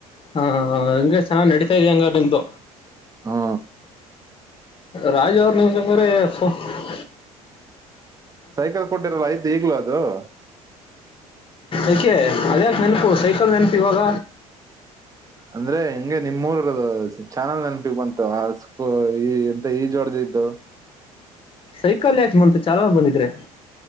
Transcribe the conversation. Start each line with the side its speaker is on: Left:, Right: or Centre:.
Left: ಹಾ ಹಾ ಹಾಂಗೆ ಚೆನ್ನಾಗಿ ನಡೀತಾಯೆಯ ಹಂಗ ನಿಮ್ಮದು
Right: ಹಾ
Left: ರಾಜ್ ಅವ್ರಸ್ಪ್ರ <inaudible>
Right: ಸೈಕಲ್ ಕೊಟ್ಟಿರಲ್ಲ ಆಯ್ತ್ ಹಗ್ಲ ಅದು ಅದು <unintelligible>
Left: ಏಕೆ ಅದಾಕೆ ನೆನಪು ಸೈಕಲ್ ನೆನಪು ಇವಾಗ
Right: ಅಂದ್ರೆ ಹೆಂಗೆ ನಿಮ್ಮುರ ಚಾನಲ್ ನೆನಪಿಗೆ ಬಂತು ಅ ಸ್ಕು ಈ ಎಂತ ಈ ಜೋಡ್ದಿ ಇದ್ದು <unintelligible>
Left: ಸೈಕಲ್ ಯಾಕ ಮಂತ ಚಲ ಬಂದಿದ್ರೆ